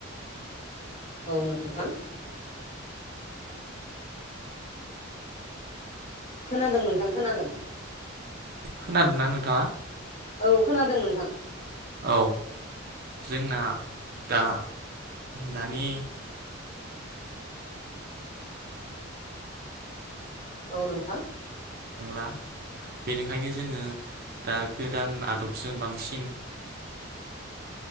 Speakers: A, on the left (about 35°); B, on the right (about 50°).
A: औ नोंथां खोनादों नोंथां खोनादों
B: खोनादोंना नोंथाङा
A: औ खोनादों नोंथां
B: औ जोंना दा दानि
A: औ नोंथां
B: नांला बेनिखायनो जोंङो दा गोदान आदबजों बांसिन